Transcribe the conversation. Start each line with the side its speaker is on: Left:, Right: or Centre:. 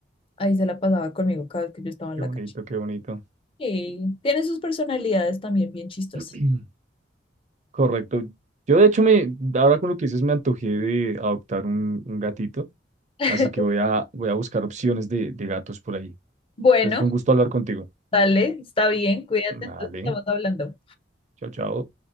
Left: ahí se la pasaba conmigo cada vez que yo estaba
Right: Qué
Left: en la
Right: bonito,
Left: calle.
Right: qué bonito.
Left: Y tiene sus personalidades también bien chistosas.
Right: <clears throat> Correcto. Yo de hecho me, ahora con lo que dices me antojé de adoptar un, un gatito,
Left: <laughs>
Right: así que voy a, voy a buscar opciones de, de gatos por ahí.
Left: Bueno,
Right: Entonces fue un gusto hablar contigo.
Left: dale, está bien, cuídate,
Right: Vale.
Left: entonces estamos hablando.
Right: Chao, chao.